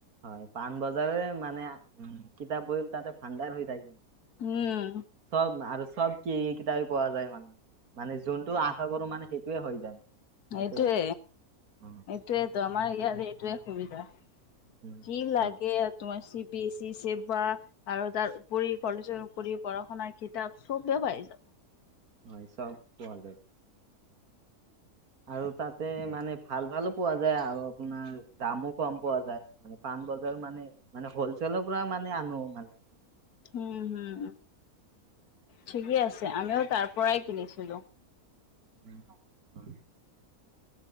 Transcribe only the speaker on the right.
হয়। পাণবজাৰে মানে, উম। কিতাপ-বহী ততে ভাণ্ডাৰ হৈ যায়,
চব আৰু চব কি কিতাপে পোৱা যায় মানে। মানে যোনটো আশা কৰো মানে সেইটোয়ে হৈ যায়। তাতে
উম
উম
হয়
হয়, চব পোৱা যায়। আৰু তাতে মানে ভাল-ভালো পোৱা যায় আৰু আপোনাৰ দামো কম পোৱা যায়। পাণবজাৰ মানে, মানে হ'লচেলৰ পৰা মানে আনো মানে।
<unintelligible>